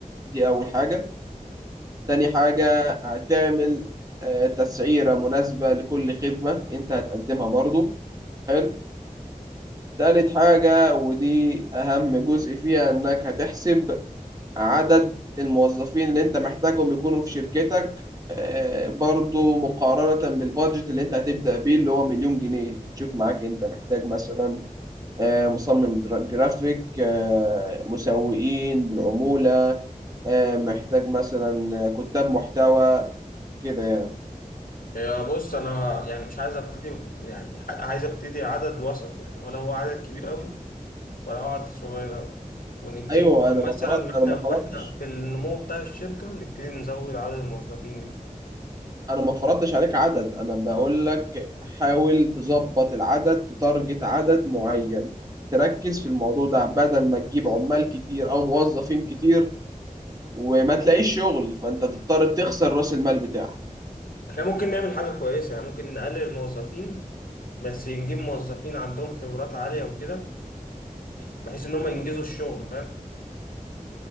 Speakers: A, on the right (about 25°); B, on the left (about 75°).
A: دي أول حاجة تاني حاجة هتعمل آه، تسعيرة مناسبة لكل خدمة أنت هتقدمها برضو حلو تالت حاجة ودي أهم جزء فيها إنك هتحسب عدد الموظفين اللي أنت محتاجهم يكونوا في شركتك آه، برضو مقارنة بالبادجت اللي أنت هتبدأ بيه اللي هو مليون جنيه هتشوف معاك أنت محتاج مثلا آه، مصمم جرا- جرافيك آه، مسوقين بالعمولة آه، محتاج مثلا آه، كتاب محتوى كده يعني
B: يا بص انا يعني مش عايز ابتدي ب- يعني ح- عايز ابتدي عدد وسط يعني ولا هو عدد كبير قوي ولا هو عدد صغير قوي ونبتدي
A: ايوه انا
B: مثلا
A: ما فرط
B: واحنا
A: انا ما
B: واحنا
A: فرطتش
B: في النمو بتاع الشركه نبتدي نزود عدد الموظفين دي
A: انا ما فرضتش عليك عدد انا بقول لك حاول تظبط العدد تتارجت عدد معين تركز في الموضوع ده بدل ما تجيب عمال كتير او موظفين كتير وما تلاقيش شغل فانت تضطر تخسر راس المال بتاعك
B: احنا ممكن نعمل حاجة كويسة يعني ممكن نقلل الموظفين بس نجيب موظفين عندهم خبرات عالية وكده بحيث ان هم ينجزوا الشغل فاهم